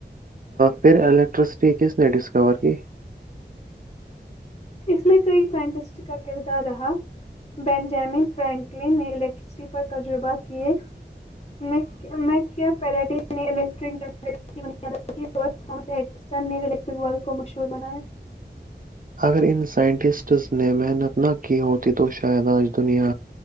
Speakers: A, on the right; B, on the left.
A: پھر الیکٹرسٹی کس نے ڈسکور کی
B: اس میں کئی سائنٹسٹ کا کردار رہا بینجامن فرینکلن نے الیکٹرسٹی پر تجربات کیے <inaudible> میں میں کیا الیکٹرک جنری <unintelligible> ہو تھس ایڈسن نے الیکٹرک و کو مشہور بنایا
A: اگر ان سائنٹسٹس نے محنت نہ کی ہوتی تو شاید آج دنیا